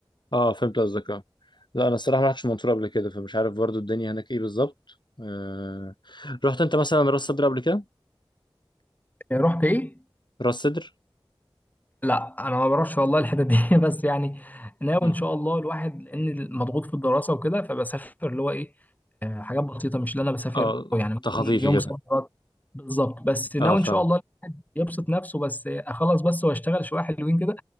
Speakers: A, on the left (about 55°); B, on the left (about 15°).
A: اه فهمت قصدك اه لا أنا الصراحة ما رحتش المنصورة قبل كده فمش عارف برضه الدنيا هناك إيه بالظبط آه. رحت أنت مثلا راس صدر قبل كده؟
B: رحت ايه؟
A: راس صدر؟
B: لا انا ما بعرفش والله الحته دي <laughs> بس يعني ناوي
A: امم
B: ان شاء الله الواحد لان مضغوط في الدراسه وكده فبسافر اللي هو ايه حاجات بسيطه مش اللي انا بسافر
A: اه
B: أو يعني مثلا
A: تخطيفي
B: يوم
A: كده
B: سفرات بالظبط بس ناوي
A: اه فاهم
B: ان شاء الله يبسط نفسه بس اخلص بس واشتغل شويه حلوين كده